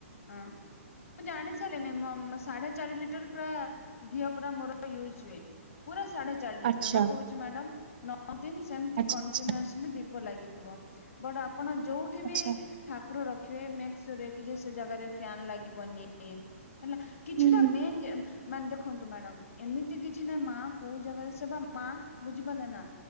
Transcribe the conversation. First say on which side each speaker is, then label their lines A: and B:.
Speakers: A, on the left (about 75°); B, on the right (about 40°).
A: ହଁ। ମୁଁ ଜାଣି ସାରିଲିନି ସାଢେ ଚାରି ଲିଟର ପୁରା ଘିଅ ପୁରା ମୋର ୟୁଜ ହୁଏ। ପୁରା ସାଢେ ଚାରି
B: ଆଚ୍ଛା
A: ଲିଟର ବା କହୁଛି ମ୍ୟାଡାମ୍ ନଅ ଦିନ ସେମତି
B: ଆଚ୍ଛା
A: କନ୍ଟିନୀଅସ୍ଲି
B: ଆଚ୍ଛା
A: ଦୀପ ଲାଗିଥିବ। ବଟ ଆପଣ ଯୋଉଠି
B: ଆଚ୍ଛା
A: ବି ଠାକୁର ରଖିବେ ମେକସିଓର କି ଜାଗାରେ ଫ୍ୟାନ ଲାଗିବନି ହେଲା କିଛିଟା
B: ହୁଁ ହୁଁ।
A: ମେନ୍ ମାନେ ଦେଖନ୍ତୁ ମ୍ୟାଡାମ ଏମିତି କିଛି ନା ମା କୋଉ ଜାଗାରେ ସେ ବା ମା ବୁଝିପାରିଲେ ନା